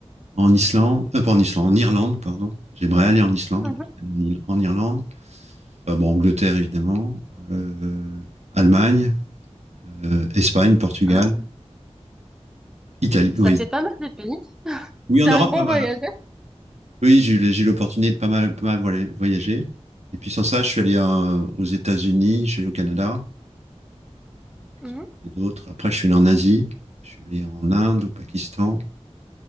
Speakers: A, on the right; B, in the centre.
A: en Islande, euh, pas en Islande, en Irlande, pardon. J'aimerais aller en Islande,
B: Mhm.
A: mais je suis allé en, Ir- en Irlande. Euh, bon, Angleterre, évidemment. euh, Allemagne, euh, Espagne, Portugal,
B: Ah,
A: Italie.
B: ça
A: Oui.
B: fait pas mal de pays.
A: Oui, en
B: T'es
A: Europe,
B: un grand
A: pas mal.
B: voyageur.
A: Oui, j'ai eu le- j'ai eu l'opportunité de pas mal, pas mal voilà, voyager. Et puis sans ça, je suis allé euh, aux États-Unis, je suis allé au Canada. Et Qu'est-ce
B: Mhm.
A: que j'ai fait d'autre? Après, je suis allé en Asie, je suis allé en Inde, au Pakistan.